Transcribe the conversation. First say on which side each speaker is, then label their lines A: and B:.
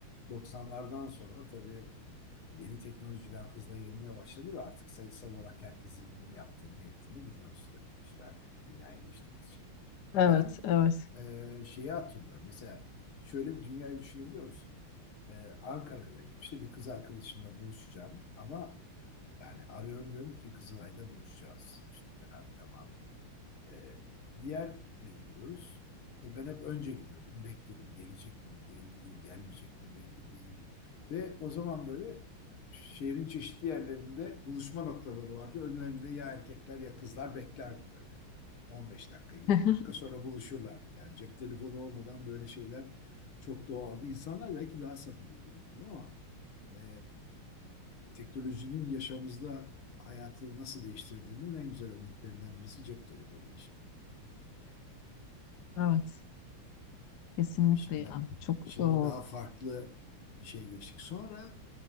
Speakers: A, on the left; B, on the left.
A: 90'lardan sonra tabii yeni teknolojiler hızla yenilmeye başladı ve artık sayısal olarak herkesin ne yaptığını, ne ettiğini biliyoruz tabii dijital dünyaya geçtiğimiz için.
B: evet,
A: Ben
B: evet.
A: e, şeyi hatırlıyorum. Mesela şöyle bir dünyayı düşünebiliyor musun? E, Ankara'da gibi işte bir kız arkadaşımla buluşacağım ama yani arıyorum diyorum ki Kızılay'da buluşacağız. İşte falan tamam. Ee, bir yer belirliyoruz. Tabii Ben hep önce gidiyorum. Bekliyorum. Gelecek mi belli değil, gelmeyecek mi belli değil. Ve o zaman böyle şehrin çeşitli yerlerinde buluşma noktaları vardı. Önlerinde ya erkekler ya kızlar beklerdi böyle. 15 dakika, 20
B: <laughs>
A: dakika sonra buluşurlardı. Yani cep telefonu olmadan böyle şeyler çok doğaldı. İnsanlar belki daha samimiydi bilmiyorum ama e, teknolojinin yaşamımızda hayatı nasıl değiştirdiğinin en güzel örneklerinden birisi cep telefonu.
B: Evet, kesinlikle
A: Tabii şimdi
B: ya. Çok
A: şimdi
B: o,
A: daha farklı bir şey geçtik. Sonra